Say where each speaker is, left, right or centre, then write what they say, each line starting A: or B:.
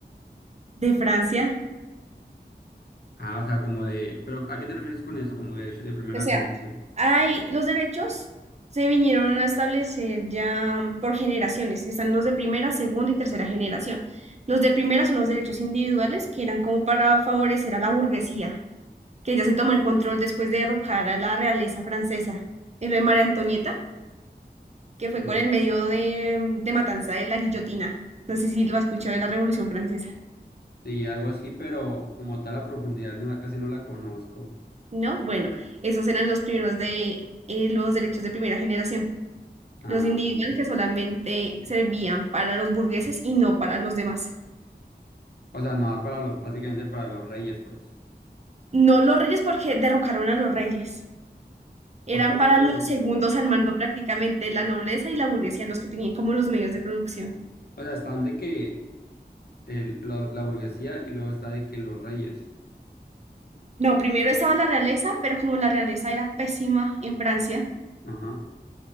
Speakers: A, on the right (about 40°); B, on the left (about 65°).
A: De Francia.
B: Ah, o sea, como de, pero ¿a qué te refieres con eso? Como derechos de primera
A: O sea,
B: generación.
A: hay los derechos se vinieron a establecer ya por generaciones. Están los de primera, segunda y tercera generación. Los de primera son los derechos individuales, que eran como para favorecer a la burguesía. que ella se tomó el control después de derrocar a la realeza francesa. Y lo de María Antonieta, que fue
B: Mm.
A: con el medio de, mm, de matanza de la guillotina. No sé si lo has escuchado de la Revolución Francesa.
B: Sí, algo así, pero como tal la profundidad, no la casi no la conozco.
A: ¿No? Bueno, esos eran los primeros de eh, los derechos de primera generación.
B: Ah,
A: Los individuales
B: ok.
A: que solamente servían para los burgueses y no para los demás.
B: O sea, no, es para los, prácticamente para los reyes, pues.
A: No los reyes porque derrocaron a los reyes. Eran
B: O sea, los-
A: para
B: los-
A: los segundos al mando prácticamente la nobleza y la burguesía los que tenían como los medios de producción.
B: o sea, están de que el- lo- la burguesía y luego está de que los reyes.
A: No, primero estaba la realeza, pero como la realeza era pésima en Francia,
B: Ajá.